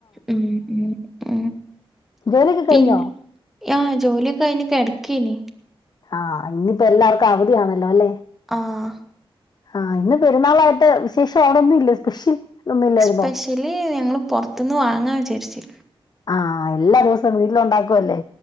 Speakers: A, in the centre; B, on the left (about 45°).
A: ഉം ഉം
B: ജോലിക്കെ കഴിഞ്ഞോ
A: പിന്നെ ആഹ് ജോലിയൊക്കഴിഞ് കെടക്കേന്
B: ആഹ് ഇന്നിപ്പോ എല്ലാർക്കു അവധിയാണല്ലൊ അല്ലെ
A: ആഹ്
B: ആഹ് ഇന്ന് പെരുന്നാളായിട്ട് വിശേഷം ഓണൊന്നുല്ലെ സ്പെഷ്യൽ ഒന്നും ഇല്ലായിരുന്നോ
A: സ്പെഷ്യല് ഞങ്ങള് പൊറത്ത്ന്ന് വാങ്ങാ വിജാരിച്ചു
B: ആഹ് എല്ലാ ദിവസൊ വീട്ടില് ഉണ്ടാക്കുവല്ലെ